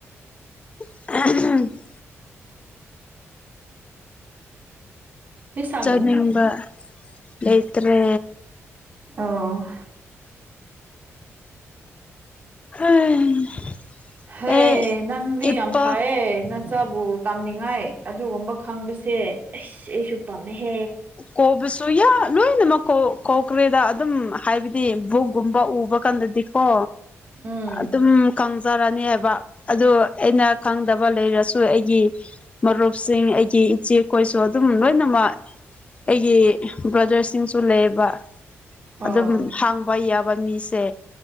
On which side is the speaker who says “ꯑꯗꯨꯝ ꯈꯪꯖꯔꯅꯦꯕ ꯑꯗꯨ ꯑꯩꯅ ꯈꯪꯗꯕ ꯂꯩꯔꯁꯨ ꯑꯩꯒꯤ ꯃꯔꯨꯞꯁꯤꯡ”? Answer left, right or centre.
Left